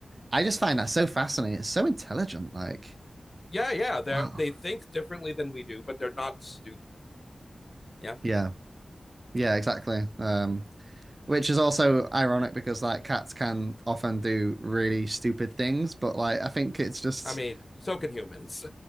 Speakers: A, on the right; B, on the left.
A: I just find that so fascinating. It's so intelligent. Like
B: Yeah, yeah. They
A: wow,
B: they think differently than we do, but they're not stupid. Yeah.
A: yeah. Yeah, exactly. Um, which is also ironic because like cats can often do really stupid things, but like I think it's just
B: I mean, so can humans.